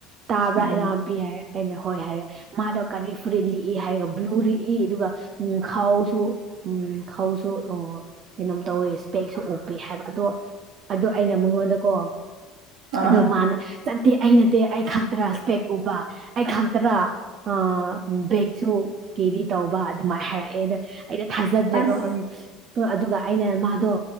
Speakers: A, on the right; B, on the right.
A: ꯇꯥꯕ꯭ꯔꯥ
B: ꯎꯝ
A: ꯑꯩꯅ ꯄꯤ ꯍꯥꯏꯔ ꯑꯩꯅ ꯍꯣꯏ ꯍꯥꯏꯔꯦ ꯃꯥꯗ‌ꯦ ꯀꯔꯤ ꯐꯨꯔꯤꯠ ꯂꯤꯛꯏ ꯍꯥꯏꯔꯒ ꯕ꯭ꯂꯨ ꯂꯤꯛꯏ ꯑꯗꯨꯒ ꯎꯝ ꯈꯥꯎꯁꯨ ꯎꯝ ꯈꯧꯁꯨ ꯑꯣ ꯀꯩꯅꯣꯝ ꯇꯧꯋꯤ ꯏꯁꯄꯦꯛꯁꯨ ꯎꯞꯄꯤ ꯍꯥꯏꯕ ꯑꯗꯣ ꯑꯗꯨ ꯑꯩꯅ ꯃꯉꯣꯟꯗꯀꯣ
B: ꯑ
A: ꯑꯗꯣ ꯃꯥꯅ ꯆꯠꯇꯦ ꯑꯩ ꯅꯠꯇꯦ ꯑꯩ ꯈꯛꯇꯔꯥ ꯢꯁꯄꯦꯛ ꯎꯞꯕ ꯑꯩ ꯈꯛꯇꯔꯥ ꯑꯥ ꯕꯦꯛꯁꯨ ꯀꯦꯔꯤ ꯇꯧꯕ ꯑꯗꯨꯃꯥꯏ ꯍꯥꯏꯔꯛꯑꯦꯗ ꯑꯩꯅ ꯊꯥꯖꯗ꯭ꯔꯦꯀꯣ
B: ꯑꯁ
A: ꯑꯥ ꯑꯗꯨꯒ ꯑꯩꯅ ꯃꯥꯗꯣ